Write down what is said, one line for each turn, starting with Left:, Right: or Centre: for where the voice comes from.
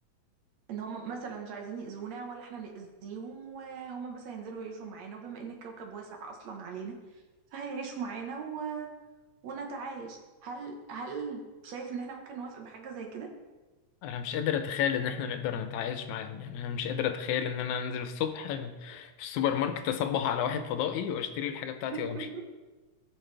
Right: ان هم مثلا مش عايزين يأذونا ولا احنا نأذيهم وهم بس هينزلوا يعيشوا معانا وبما ان الكوكب واسع اصلا علينا فهيعيشوا معانا و... ونتعايش هل هل شايف ان احنا ممكن نوافق بحاجة زي كده
Left: أنا مش قادر أتخيل إن إحنا نقدر نتعايش معاهم يعني أنا مش قادر أتخيل إن أنا أنزل الصبح في السوبر ماركت أصبح على واحد فضائي وأشتري الحاجة بتاعتي
Right: <laughs>
Left: وأمشي